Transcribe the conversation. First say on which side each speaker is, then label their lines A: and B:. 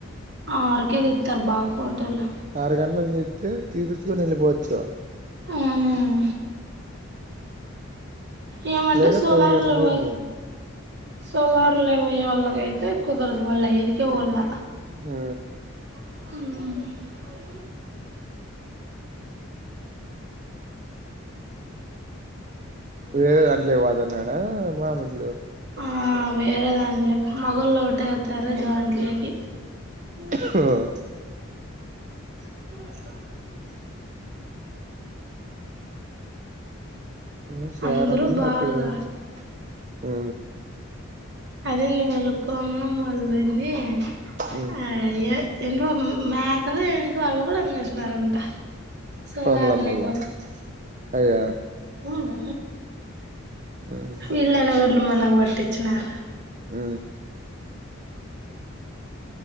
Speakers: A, on the right; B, on the right.
A: ఆరుకె తీతారు బాగా ఫోటోలు,
B: ఆరు గంటలు తీతే తీపిచ్చుకొని వెళ్ళిపోవచ్చు,
A: మ్మ్ ఏమంటే
B: లేదా
A: సోలార్లు
B: పది గంటల పోయింది
A: పో
B: వెళ్ళ
A: సోలార్లు. పోయే వాళ్ళంతా, అయితే కుదరదు వల్ల ఇదికే పోవాలా,
B: ఆ
A: ఊ
B: వేరే దాంట్ల వాదన్నాడా, మామూలుది,
A: ఆ వేరే దాంట్లోకి మగళ్ళ ఒకట వతారు దాంట్లోకి
B: దాంట్లో
A: అ
B: ను చాలా
A: అందరూ
B: మంది
A: బాగా
B: అక్కడ పోయింది అ
A: అదేం వెళక్కమడం మళ్ళంది
B: ఉమ్
A: ఆ ఏ మేకలు ఏకి అవి కూడా అమ్మేసినారంట సోలార్లే
B: మలా మల్లా అయ్య
A: అవునా
B: ఉమ్
A: విళ్ళనగర్లు మనగ బర్తది విచ్చినన్నారు
B: ఆ